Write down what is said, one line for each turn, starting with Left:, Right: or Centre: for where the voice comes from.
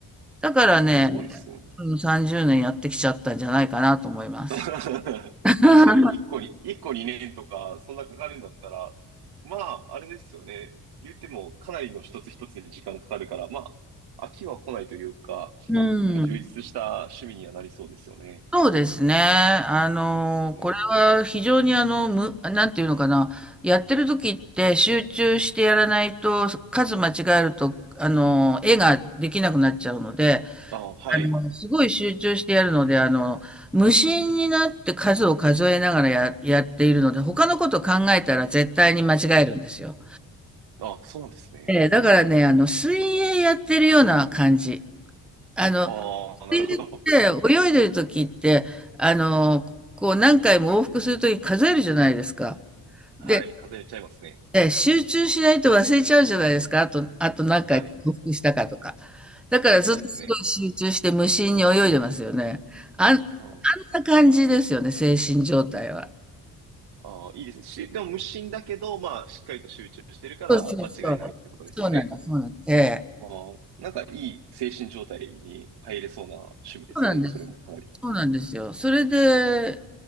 Centre: だからね、
Right: すごいですね。
Centre: うん、30年やってきちゃったんじゃないかなと思います。
Right: <laughs> 確かに1個に、
Centre: <laughs>
Right: 一個2年とか、そんなかかるんだったら、まあ、あれですよね。言っても、かなりの一つ一つに時間かかるから、まあ、飽きは来ないというか、
Centre: うん。
Right: なんか充実した趣味にはなりそうですよね。
Centre: そうですね。あの、
Right: ね。
Centre: これは非常にあの、む、なんていうのかな。やってる時って集中してやらないと、数間違えると、あの、絵ができなくなっちゃうので、
Right: あ、はい。
Centre: あの、すごい集中してやるので、あの、無心になって数を数えながらや、やっているので、他のこと考えたら絶対に間違えるんですよ。
Right: あ、そうなんですね。
Centre: ええ、だからね、あの、水泳やってるような感じ。あの、
Right: ああ、なるほど。
Centre: 水泳って泳いでる時って、あの、こう何回も往復する時数えるじゃないですか。で、
Right: はい。風邪ひいちゃいますね。
Centre: え集中しないと忘れちゃうじゃないですか。あと、あと何回往復したかとか。
Right: はい。
Centre: だからずっとすごい集中して無心に泳いでますよね。
Right: そうですね。
Centre: あん、あん
Right: うん。
Centre: な感じですよね、精神状態は。
Right: ああ、いいですね。し、でも無心だけど、まあ、しっかりと集中してるから、
Centre: そうそうそう。
Right: 間違いないってことですよね。
Centre: そうなんだ、そうなんだ。ええ。
Right: ああ、なんかいい精神状態に入れそうな趣味ですね。
Centre: そうなんです。
Right: それもかなり。
Centre: そうなんですよ。それで、